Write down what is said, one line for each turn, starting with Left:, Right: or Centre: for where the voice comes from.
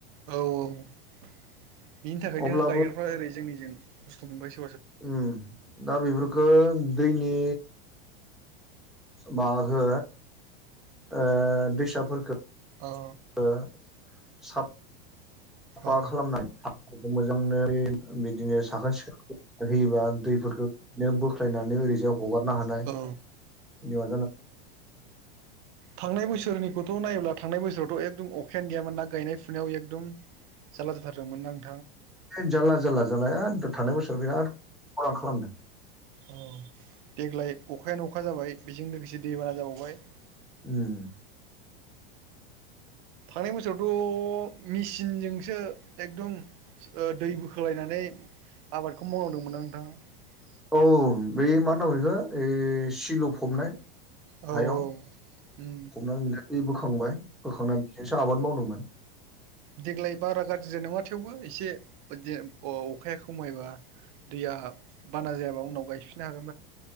Right: औ औ बिनि थाखायनो
Centre: अब्लाबो
Right: गायग्राफ्रा ओरै जोंनिजों खस्थ मोनबायसो
Centre: ओम दा बेफोरखौ दैनि माबा हो ओ दैसाफोरखौ
Right: अ
Centre: ओ साप साफा
Right: औ
Centre: खालामनायफोरखौ मोजांनो बे बिदिनो साखोन सिखोन होयोबा दैफोरखौ बिदिनो बोख्लायनानै ओरैजाव हगारनो हानाय
Right: औ
Centre: <inaudible>
Right: थांनाय बोसोरनिखौथ नायोब्ला थांनाय बोसोराव फथ एकदम अखायानो गैयामोन ना गायनाय फुनायाव एकदम जारला जाथारदोंमोन आं
Centre: जारला जारला जालाया थां बोसोराव बिराद खरां खालामदों।
Right: औ देग्लाय अखायानो अखा जाबाय बेजों लोगोसे दै बाना जाबावबाय।
Centre: ओम।
Right: थांनाय बोसोरावथ' मिसि सिनजोंसो एकदम दै बोखोलायनानै आबादखौ मावनांदोंंमोनना नोंथां।
Centre: औ बैमा मोनो ओइ बेखो सिल' फबनाय
Right: औ
Centre: हायाव
Right: उम
Centre: हबनानै मोनथ बोखांबाय बोखांनानै बेजोंसो आबाद मावदोंमोन।
Right: देग्लाय बारा गाज्रिद नङा थेवबो एसे अखाया खमायबा दैया बाना जायाबा उनाव गायफिननो हागोन।